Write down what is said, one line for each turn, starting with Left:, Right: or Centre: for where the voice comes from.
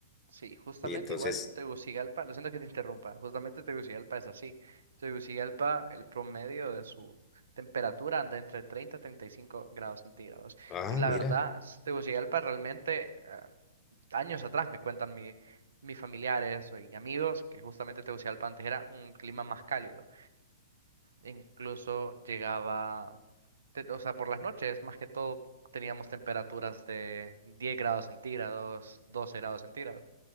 Right: Sí, justamente
Left: Y entonces,
Right: igual Tegucigalpa, lo siento que te interrumpa, justamente Tegucigalpa es así. Tegucigalpa, el promedio de su temperatura anda entre 30 y 35 grados centígrados.
Left: ah,
Right: Y la
Left: mira.
Right: verdad, s- Tegucigalpa realmente, eh, años atrás me cuentan mi- mis familiares o- y amigos que justamente Tegucigalpa antes era un clima más cálido. Incluso llegaba, te- o sea, por las noches, más que todo, teníamos temperaturas de 10 grados centígrados, 12 grados centígrados.